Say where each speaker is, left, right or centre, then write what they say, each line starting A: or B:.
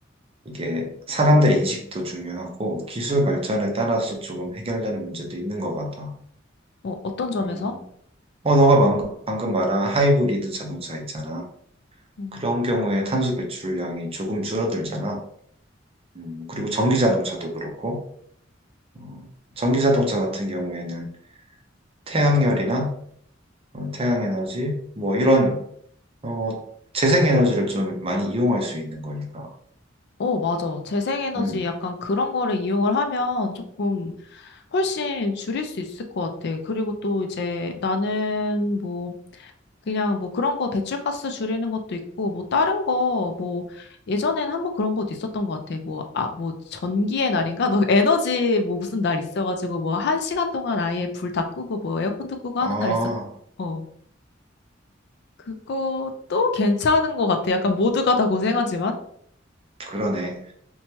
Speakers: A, on the right (about 30°); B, on the left (about 60°).
A: 이게 사람들 인식도 중요하고 기술 발전에 따라서 조금 해결되는 문제도 있는 것 같아.
B: 어, 어떤 점에서?
A: 음, 어, 너가 방금, 방금 말한 하이브리드 자동차 있잖아.
B: 음.
A: 그런 경우에 탄소 배출량이 조금 줄어들잖아. 음, 그리고 전기 자동차도 그렇고, 어, 전기 자동차 같은 경우에는 태양열이나 어, 태양에너지, 뭐 이런 어, 재생에너지를 좀 많이 이용할 수 있는 거니까.
B: 어, 맞아. 재생에너지
A: 음,
B: 약간 그런 거를 이용을 하면 조금 훨씬 줄일 수 있을 것 같아. 그리고 또 이제 나는 뭐 그냥 뭐 그런 거 배출가스 줄이는 것도 있고 뭐 다른 거 뭐 예전에는 한번 그런 것도 있었던 것 같아. 뭐 아 뭐 전기의 날인가? 너 에너지 뭐 무슨 날 있어가지고 뭐 한 시간 동안 아예 불 다 끄고 뭐 에어컨도 끄고
A: 아,
B: 하는 날 있었. 어 그것도 괜찮은 것 같아. 약간 모두가 다 고생하지만.
A: 그러네.